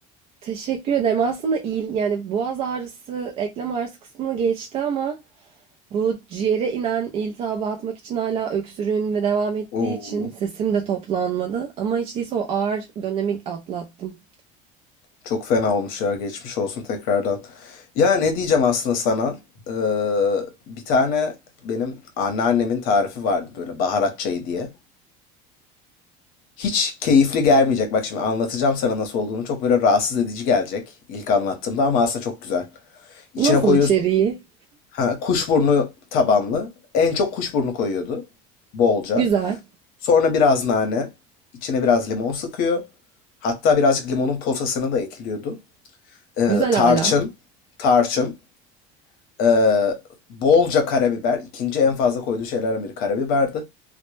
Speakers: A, on the right; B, on the left.
A: Teşekkür ederim. Aslında il yani boğaz ağrısı, eklem ağrısı kısmını geçti ama bu ciğere inen iltihabı atmak için hala öksürüğüm ve devam ettiği
B: Oo,
A: için sesim de toplanmadı. Ama hiç değilse o ağır dönemi atlattım.
B: çok fena olmuş ya geçmiş olsun tekrardan. Ya ne diyeceğim aslında sana? Ee, bir tane benim anneannemin tarifi vardı böyle baharat çayı diye. Hiç keyifli gelmeyecek. Bak şimdi anlatacağım sana nasıl olduğunu. Çok böyle rahatsız edici gelecek ilk anlattığımda ama aslında çok güzel. İçine
A: Nasıl
B: koyuyorsun
A: içeriği?
B: Ha, kuşburnu tabanlı. En çok kuşburnu koyuyordu. Bolca.
A: Güzel.
B: Sonra biraz nane. içine biraz limon sıkıyor. Hatta birazcık limonun posasını da ekliyordu. Ee,
A: Güzel
B: tarçın.
A: hala.
B: Tarçın. Ee, bolca karabiber. İkinci en fazla koyduğu şeylerden biri karabiberdi.